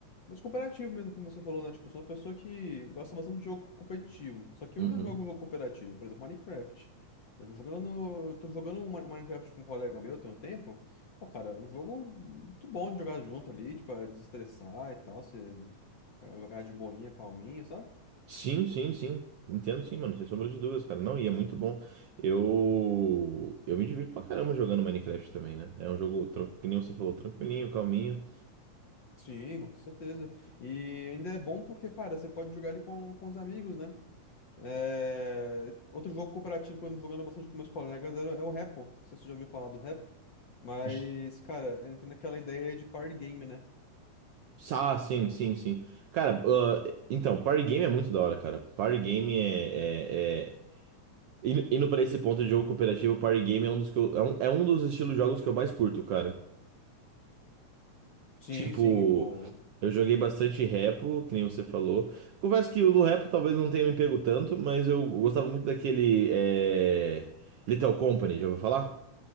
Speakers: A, on the left (about 55°); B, on the right (about 75°).
A: Mas cooperativo mesmo, como você falou, né? Tipo, eu sou uma pessoa que gosta bastante de jogo competitivo. Só que
B: Uhum.
A: eu ainda jogo jogo cooperativo, por exemplo, Minecraft. Eu tô jogando, eu tô jogando um Mi- um Minecraft com um colega meu tem um tempo. Pô, cara, é um jogo muito bom de jogar junto ali, tipo, pra desestressar e tal. Você cara, jogar de boinha, calminho, sabe?
B: Sim, sim, sim. Entendo, sim, mano. Sem sombra de dúvidas, cara. Não, e é muito bom. Eu eu me divirto pra caramba jogando Minecraft também, né? É um jogo, tran- que nem você falou, tranquilinho, calminho.
A: Sim, com certeza. E ainda é bom porque, cara, você pode jogar ele com, com os amigos, né? É, Outro jogo cooperativo que eu ando jogando bastante com meus colegas era- é o Repo. Não sei se você já ouviu falar do Repo. Mas,
B: J-
A: cara, entra naquela ideia de party game, né?
B: Ah, sim, sim, sim. Cara, ah, então, party game é muito da hora, cara. Party game é... é- é- Indo indo pra esse ponto de jogo cooperativo, party game é um dos que eu... é um, é um dos estilos de jogos que eu mais curto, cara.
A: Sim,
B: Tipo,
A: sim, pô.
B: eu joguei bastante repo, que nem você falou. Confesso que o do repo talvez não tenha me pego tanto, mas eu gostava muito daquele é... Little Company, já ouviu falar?